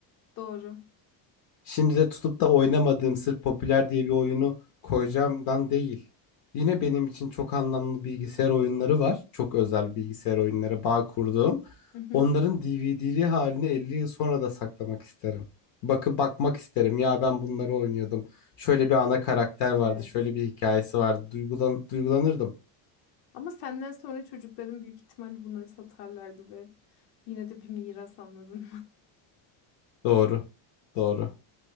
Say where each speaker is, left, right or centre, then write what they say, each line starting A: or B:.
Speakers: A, on the left; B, on the left.
A: Doğru.
B: Şimdi de tutup da oynamadığım sırf popüler diye bir oyunu koyacağımdan değil. Yine benim için çok anlamlı bilgisayar oyunları var. Çok özel bilgisayar oyunları bağ kurduğum.
A: Hı hı.
B: Onların DVD'li halini 50 yıl sonra da saklamak isterim. Bakı bakmak isterim. Ya ben bunları oynuyordum. Şöyle bir ana karakter vardı.
A: Evet.
B: Şöyle bir hikayesi vardı. Duygulan duygulanırdım.
A: Ama senden sonra çocukların büyük ihtimalle bunları satarlardı ve yine de bir miras anladın.
B: Doğru. Doğru.